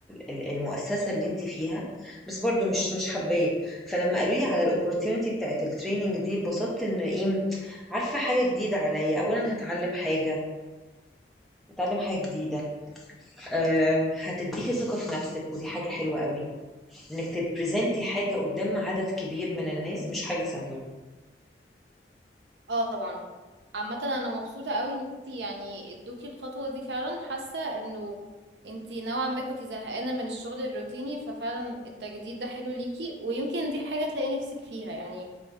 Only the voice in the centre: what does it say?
ال المؤسسة اللي أنتِ فيها، بس برضه مش مش حابّاه، فلمّا قالوا لي على الopportunity بتاعة الtraining دي اتبسطت إن إيه، عارفة حاجة جديدة عليّا، أولًا هاتعلّم حاجة، هاتعلّم حاجة جديدة، آمم هتدّيكِ ثقة في نَفْسِك ودي حاجة حلوة أوي، إنِّك تبريزنتي حاجة قُدّام عدد كبير من الناس مش حاجة سهلة،